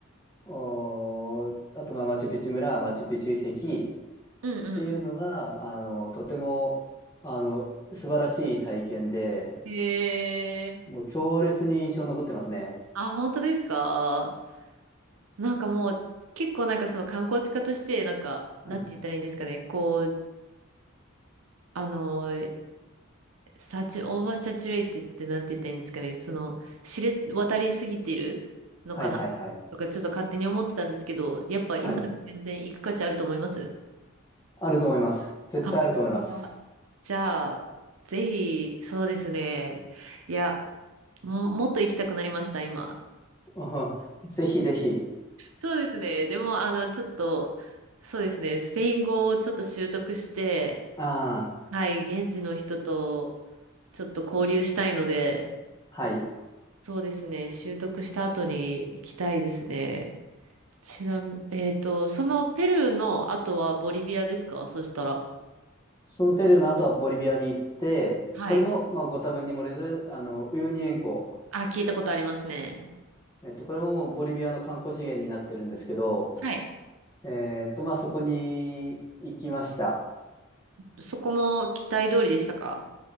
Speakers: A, on the left; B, on the right.
A: おーあと、まあ、マチュピチュ村、マチュピチュ遺跡っ
B: うんうん
A: ていうのが、あの、とても、あの、素晴らしい体験で、
B: うん。へえ。
A: もう強烈に印象に残ってますね。
B: あ、本当ですかなんかもう結構なんかその観光地化としてなんか、
A: はい。
B: なんて言ったらいいんですかね。こう、あのサチ、オーバーサチュレイテってなんて言ったらいいんですかね。その、知れ渡りすぎてるのかなとか、
A: はいはいはい。
B: ちょっと勝手に思ってたんですけど、やっぱ今でも全然行く価値あると思います。
A: はい。あると思います。絶対あると思います。
B: あ、それは。じゃあ、ぜひ、そうですね。いや、も、もっと行きたくなりました、今。
A: <laughs> うんぜひぜひ。
B: そうですね。でも、あの、ちょっと、そうですね。スペイン語をちょっと習得して、
A: ああ、
B: はい、現地の人とちょっと交流したいので、
A: はい。
B: そうですね。習得した後に行きたいですね。ちなみに、えっと、そのペルーの後はボリビアですかそしたら。
A: そのペルーの後はボリビアに行って、
B: はい。
A: これも、まあ、ご多分に漏れず、あの、ウユニ塩湖。
B: あ、聞いたことありますね。
A: えっと、これもボリビアの観光資源になってるんですけど、
B: はい。
A: えーっと、まあ、そこに行きました。
B: そこも期待通りでしたか